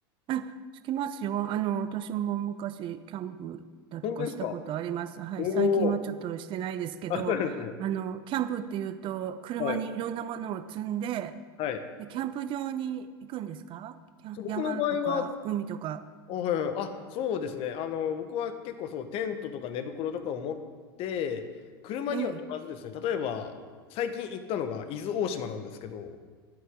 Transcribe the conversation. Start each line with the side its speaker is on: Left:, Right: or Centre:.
Right: え、つきますよ。あの、私も昔、キャンプだとかしたことあります。
Left: 本当ですか
Right: はい。
Left: おおー。
Right: 最近はちょっとしてないですけど、
Left: あ、そうなんですね。
Right: あの、キャンプっていうと、車にいろんなものを積んで、
Left: はい。はい。
Right: で、キャンプ場に行くんですかキャン山とか、
Left: そう、僕の場合は、
Right: 海とか。
Left: あ、はいはいあ、そうですね。あの、僕は結構そう、テントとか寝袋とかを持って、車には乗らずですね、
Right: ええ。
Left: 例えば、最近行ったのが伊豆大島なんですけど、